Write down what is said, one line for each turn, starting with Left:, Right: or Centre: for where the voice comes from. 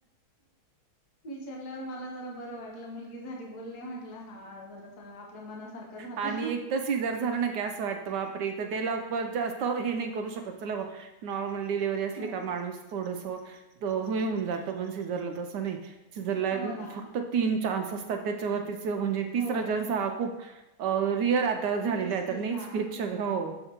Left: विचारल्यावर मला जरा बरं वाटलं मुलगी झाली. बोलले म्हटलं हा आपल्या मनासारखं झालं
Right: आणि एक तस सिजर झाल ना कि अस वाटत, बापरे तेला आपण जास्त हे नाही शकत चाल बाबा, नॉर्मल डिलेवरीअसली
Left: हा
Right: का माणूस थोड हे होऊन जात पण सिजर ला तसं नाही. सिजर ला
Left: हो ना
Right: फक्त तीन चान्स असतात त्याच्याती म्हणजे तिसरा
Left: हो
Right: चान्स हा खूप अं रिअर आता झालेलाय
Left: रिस्की
Right: तर नईच
Left: हा
Right: <unintelligible> हो.